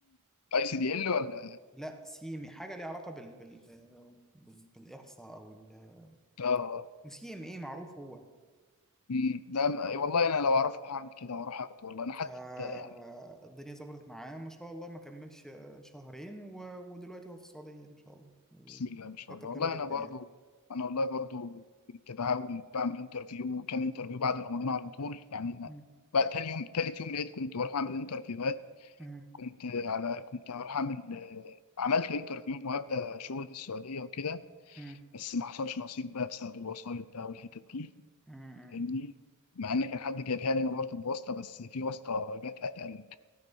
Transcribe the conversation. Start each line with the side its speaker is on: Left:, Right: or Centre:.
Left: اي سي دي ال ولا
Centre: لا سي ام حاجة ليها علاقة بال... بال... بال... بالاحصاء او ال...
Left: اه
Centre: سي ام ايه معروف هو
Left: مم. ده م- أي والله انا لو اعرفه هعمل كده واروح اخده والله انا حتى
Centre: آه،
Left: يعني
Centre: الدنيا ظبطت معاه ما شاء الله ما كملش آه، شهرين و... ودلوقتي هو في السعودية ما شاء الله
Left: بسم الله ما شاء
Centre: مرتب
Left: الله والله
Centre: حلو جدا
Left: انا برضو
Centre: يعني
Left: انا والله برضو كنت بحاول بعمل انترفيو وكام انترفيو بعد رمضان على طول يعني أنا
Centre: مم.
Left: بقى تاني يوم تالت يوم لقيت كنت بروح اعمل انترفيو
Centre: مم.
Left: كنت على كنت هروح اعمل آه، عملت انترفيو وهبدا شغل في السعوديه وكده
Centre: مم.
Left: بس ما حصلش نصيب بقى بسبب الوسايط بقى والحتت دي
Centre: مم.
Left: فاهمني مع ان كان حد جايبها لي انا برضه بواسطه بس في واسطه جت اتقل